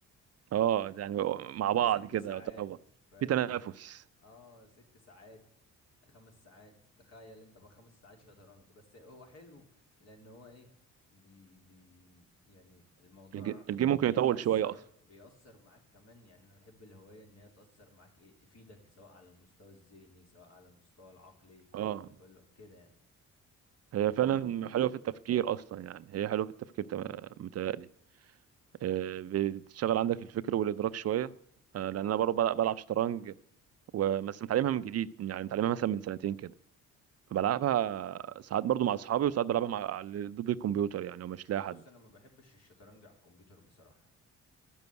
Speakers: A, on the right (about 55°); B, on the left (about 55°).
A: اه يعني مع بعض
B: ست
A: كده
B: ساعات
A: يعتبر
B: فاهم
A: في تنافس
B: اه ست ساعات خمس ساعات تخيل انت بقى خمس ساعات شطرنج بس هو حلو لان هو ايه بي بي يعني الموضوع
A: الج- الجيم ممكن
B: بيأثر
A: يطول شوية أصلا
B: بيأثر معاك كمان يعني انا بحب الهواية ان هي تأثر معاك ايه تفيدك سواء على المستوى الذهني سواء على المستوى العقلي الكلام
A: اه
B: ده كله كده يعني
A: هي فعلا حلوة في التفكير أصلا يعني هي حلوة في التفكير تم- متهيألي آه، بتشغل عندك الفكر والإدراك شوية آه، لأن أنا برضه بلعب بلعب شطرنج وبس متعلمها من جديد يعني متعلمها مثلا من سنتين كده بلعبها ساعات برضه مع أصحابي وساعات بلعبها مع على- ضد الكمبيوتر يعني ومش لاقي
B: بص
A: حد
B: انا ما بحبش الشطرنج على الكمبيوتر بصراحه